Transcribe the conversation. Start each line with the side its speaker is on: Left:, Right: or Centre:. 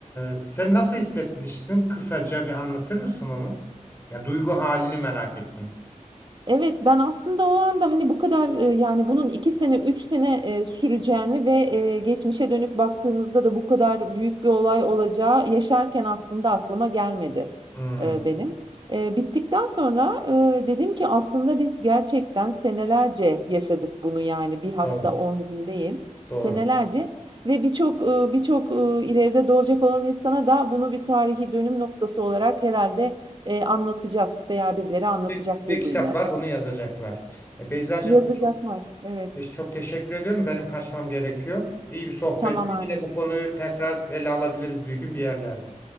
Left: e, sen nasıl hissetmişsin? Kısaca bir anlatır mısın onu? Ya duygu halini merak ettim.
Right: Evet, ben aslında o anda, hani, bu kadar, eee, yani, bunun 2 sene, 3 sene, eee, süreceğini ve, eee, geçmişe dönük baktığımızda da bu kadar büyük bir olay olacağı yaşarken aslında aklıma gelmedi,
Left: Hmm,
Right: eee, benim. Eee, bittikten sonra, eee, dedim ki aslında biz gerçekten senelerce yaşadık bunu, yani, bir hafta,
Left: doğru,
Right: 10 gün değil,
Left: doğru.
Right: senelerce ve birçok, ııı, birçok, ııı, ileride doğacak olan insana da bunu bir tarihi dönüm noktası olarak herhalde eee, anlatacağız veya birileri anlatacak
Left: Ve,
Right: birbirine.
Left: ve kitaplar bunu yazacaklar. E, Beyzacığım
Right: Yazacaklar.
Left: çok,
Right: Evet.
Left: çok teşekkür ediyorum. Benim kaçmam gerekiyor. İyi bir sohbetti.
Right: Tamam Adem.
Left: Yine bu konuyu tekrar ele alabiliriz bir gün bir yerlerde.